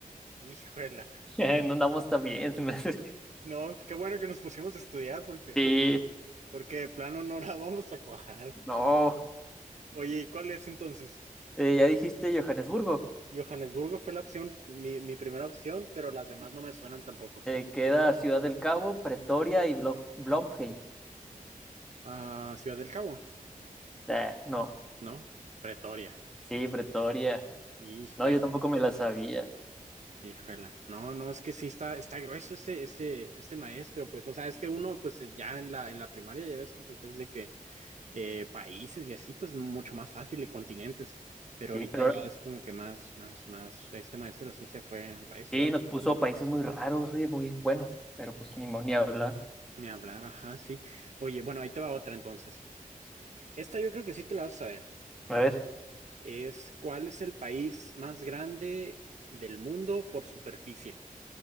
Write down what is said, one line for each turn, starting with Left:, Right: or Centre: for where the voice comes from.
Right: Híjola.
Centre: ch- <laughs> no andamos tan bien. se me hace que-
Right: No, qué bueno que nos pusimos a estudiar porque,
Centre: Sí,
Right: porque de plano no la <laughs> vamos a cuajar.
Centre: no.
Right: Oye, ¿y cuál es entonces?
Centre: Eh, ya dijiste Johannesburgo.
Right: Johannesburgo fue la opción, mi, mi primera opción, pero las demás no me suenan tampoco.
Centre: Eh, queda Ciudad del Cabo, Pretoria y Blo Bloemfontein.
Right: Ah, Ciudad del Cabo,
Centre: Ah, no,
Right: ¿no? Pretoria.
Centre: sí, Pretoria.
Right: Híjola,
Centre: No, yo tampoco me la sabía.
Right: híjola. No, no, es que sí está, está grueso este, este, este maestro, pues. O sea, es que uno, pues, ya en la, en la primaria, ya ves que pues es de que eh, países y así, pues mucho más fácil y continentes. Pero
Centre: Sí,
Right: ahorita
Centre: pero
Right: ya es como que más, más, más, este maestro sí se fue en recio,
Centre: Sí,
Right: ¿eh?
Centre: nos puso países muy raros, oye, muy bueno, pero pues ni mo- ni hablar.
Right: Ni hablar, ajá, sí. Oye, bueno, ahí te va otra entonces. Esta yo creo que sí te la vas a saber.
Centre: A ver,
Right: Es ¿cuál es el país más grande del mundo por superficie?